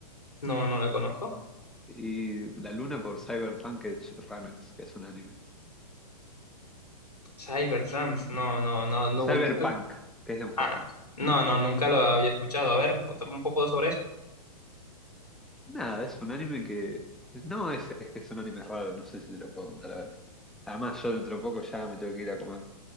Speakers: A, on the left (about 80°); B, in the centre.
A: No, no la conozco.
B: Y la Luna por Cyberpunk Edge Runners, que es un anime.
A: Cybertrans, no, no, no, no,
B: Cyberpunk,
A: nunca
B: que es de un juego.
A: Ah, no, no, nunca lo había escuchado. A ver, cuéntame un poco sobre eso.
B: Nada, es un anime que. No, es, es que son animes raros, no sé si te lo puedo contar ahora. Además, yo dentro de poco ya me tengo que ir a comer.